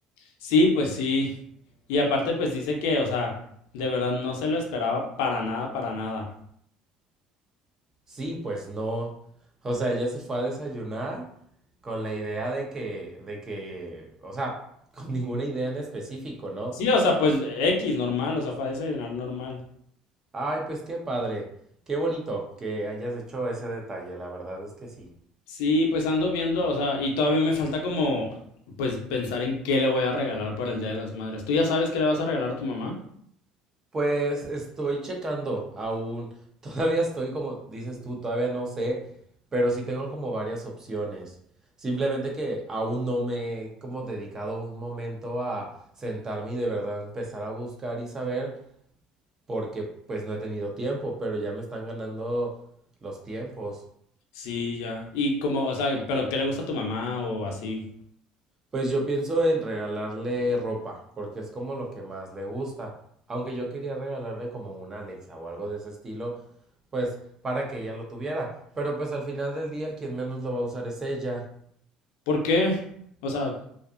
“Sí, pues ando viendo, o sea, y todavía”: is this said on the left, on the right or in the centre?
Left